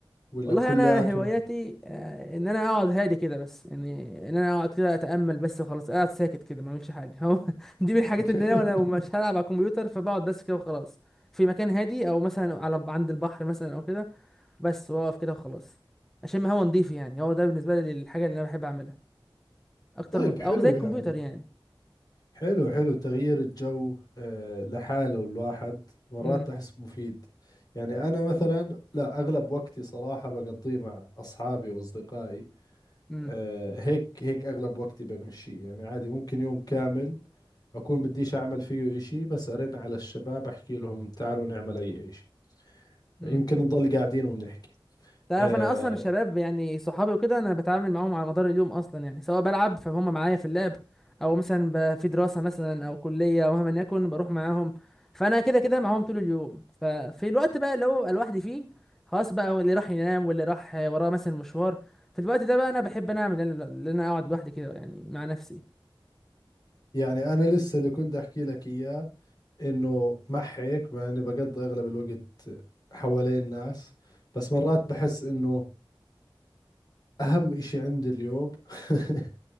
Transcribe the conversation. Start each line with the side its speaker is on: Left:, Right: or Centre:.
Left: ولا
Centre: والله
Left: كلياتهم
Centre: انا هواياتي آه، ان انا اقعد هادي كده بس يعني ان انا اقعد كده اتامل بس وخلاص قاعد ساكت كده ما اعملش حاجه <laughs> هو دي من الحاجات
Left: <laughs>
Centre: اللي انا لو مش هلعب على الكمبيوتر فبقعد بس كده وخلاص في مكان هادي او مثلا على عند البحر مثلا او كده بس واقف كده وخلاص اشم هوا نضيف يعني هو ده بالنسبه لي الحاجه اللي انا بحب اعملها اكتر
Left: طيب
Centre: من
Left: حلو
Centre: او زي الكمبيوتر
Left: يعني
Centre: يعني
Left: حلو حلو تغيير الجو آه، لحاله الواحد مرات
Centre: امم
Left: أحس مفيد يعني أنا مثلا لا أغلب وقتي صراحة بقضيه مع أصحابي وأصدقائي
Centre: امم
Left: آه، هيك هيك أغلب وقتي بمشي يعني عادي ممكن يوم كامل أكون بديش أعمل فيه إشي بس أرن على الشباب أحكي لهم تعالوا نعمل أي إشي
Centre: امم.
Left: يمكن نضل قاعدين وبنحكي
Centre: تعرف
Left: آه،
Centre: انا اصلا الشباب يعني صحابي وكده انا بتعامل معاهم على مدار اليوم اصلا يعني سواء بلعب فهم معايا في اللعب او مثلا ب- في دراسه مثلا او كليه او مهما يكن بروح معاهم فانا كده كده معاهم طول اليوم ففي الوقت بقى اللي هو ببقى لوحدي فيه خلاص بقى اللي راح ينام واللي راح وراه مثلا مشوار في الوقت ده بقى انا بحب انا اعمل ان انا اقعد لوحدي كده يعني مع نفسي
Left: يعني أنا لسه اللي كنت أحكي لك إياه انه مع هيك مع اني بقضي اغلب الوقت حوالين الناس بس مرات بحس انه اهم اشي عندي اليوم <laughs>